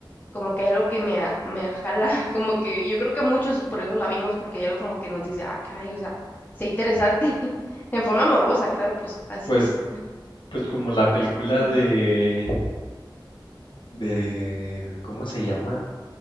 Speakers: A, on the left; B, on the left.
A: Como que hay algo que me a me jala, <laughs> como que yo creo que muchos por eso la vimos, porque hay algo como que nos dice: "Ah, caray, o sea, está interesante". <laughs> En forma morbosa, claro, pues así
B: pues,
A: es.
B: pues como la película
A: <clears throat>
B: de, de, ¿cómo se llama?